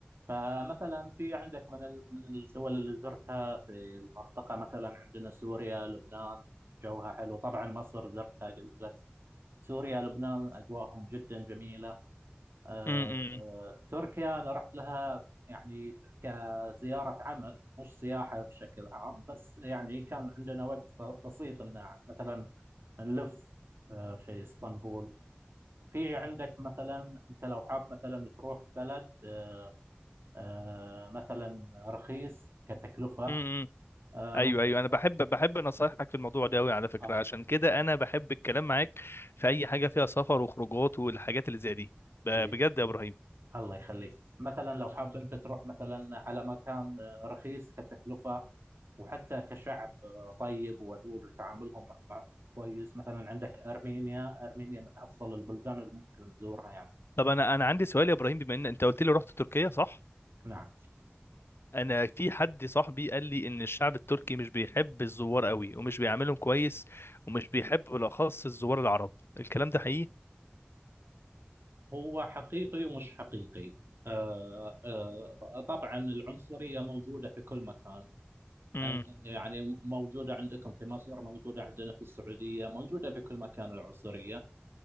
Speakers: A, on the right (about 75°); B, on the left (about 75°).
A: فمثلا في عندك من ال- من الدول اللي زرتها في المنطقة مثلا عندنا سوريا لبنان جوها حلو طبعا مصر زرتها قلت لك سوريا لبنان أجواءهم جدا جميلة آه،
B: امم
A: تركيا أنا رحت لها يعني كزيارة عمل مش سياحة بشكل عام بس يعني كان عندنا وقت ب- بسيط إن مثلا نلف آه، في اسطنبول في عندك مثلا أنت لو حاب مثلا تروح بلد آه، آه مثلا رخيص كتكلفة
B: امم
A: آه
B: ايوه
A: ممكن
B: ايوه
A: تروح
B: انا بحب بحب نصايحك في الموضوع ده قوي على فكره
A: اه
B: عشان كده انا بحب الكلام معاك في اي حاجه فيها سفر وخروجات والحاجات اللي زي دي ب-
A: حبيبي
B: بجد يا ابراهيم
A: الله يخليك مثلا لو حاب انت تروح مثلا على مكان آه، رخيص كتكلفة وحتى كشعب آه، طيب وودود وتعاملهم مع مع- كويس مثلا عندك أرمينيا أرمينيا من أفضل البلدان اللي ممكن تزورها يعني
B: طب انا انا عندي سؤال يا ابراهيم بما ان انت قلت لي رحت تركيا صح
A: نعم
B: انا في حد صاحبي قال لي ان الشعب التركي مش بيحب الزوار قوي ومش بيعاملهم كويس ومش بيحب بالاخص الزوار العرب الكلام ده حقيقي
A: هو حقيقي ومش حقيقي آه آه طبعا العنصرية موجودة في كل مكان
B: امم
A: أن- يعني موجودة عندكم في مصر موجودة عندنا في السعودية موجودة في كل مكان العنصرية